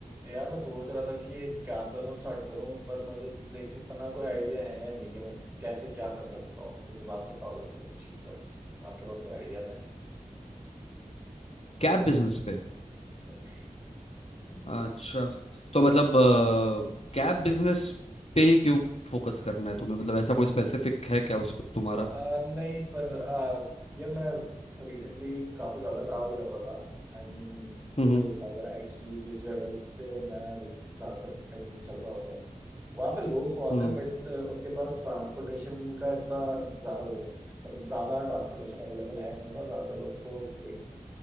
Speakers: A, on the right; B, on the left.
A: यार मैं सोच रहा था कि एक कैब बिजनेस स्टार्ट करूं पर मुझे लाइक इतना कोई आइडिया है नहीं कि मैं कैसे क्या कर सकता हूँ किस हिसाब से प्रोग्रेस करूँ उस चीज़ पर आपके पास कोई आइडियाज
B: Cab business पे
A: हैं
B: अच्छा तो मतलब कैब बिजनेस पे ही क्यों फोकस करना है तुम्हें मतलब ऐसा कोई स्पेसिफिक है क्या उस पर तुम्हारा
A: आ, नहीं पर आ, ये मैं रिसेंटली काफी ज्यादा ट्रैवल कर रहा था एंड
B: हम्म
A: मुझे लग रहा है कि जिस जगह से मैं लाइक ज्यादातर टाइम चल रहा होता हूँ वहाँ पे लोग बहुत
B: हम्म
A: हैं बट उनके पास ट्रांसपोर्टेशन का इतना ज्यादा वो नहीं है मतलब ज्यादा ट्रांसपोर्टेशन अवेलेबल है नहीं और ज्यादातर लोगों को लाइक